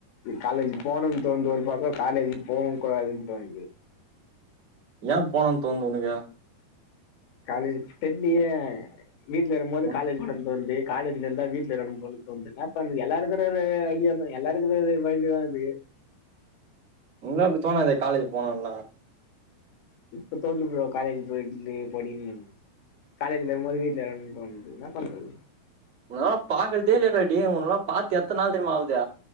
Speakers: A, on the left (about 85°); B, on the right (about 25°).
A: காலேஜ் போனும்ன்னனு தோணுது ஒரு பக்கம் காலேஜு போகவும் கூடாதுன்னு தோணுது
B: ஏன் போணுன்னு தோணுது உனக்கு
A: காலேஜ் தெரிலயே வீட்ல இருக்கும்போது
B: உன்
A: காலேஜ் போனு தோணுது காலேஜ்ல இருந்தா வீட்ல இருக்குனும் போல தோணுது என்ன பண்றது எல்லாருக்க ஐடிய தான் எல்லாருக்கு மைண்ட் தா இது <inaudible>
B: உனக்குல அப்புடி தோணாேதே காலேஜ் போனும்லா
A: இப்ப தோணுது ப்ரோ காலேஜ் போயட படிக்க காலேஜ் ல இருக்கும்போது வீட்ல இருக்கநும்ன்னு தோணுது என்னபண்றது
B: உங்கல்லாம் பாக்குறதே இல்லைய டேய் உனல்லாம் பாத்து எத்த நாள் தெரியுமா ஆவுது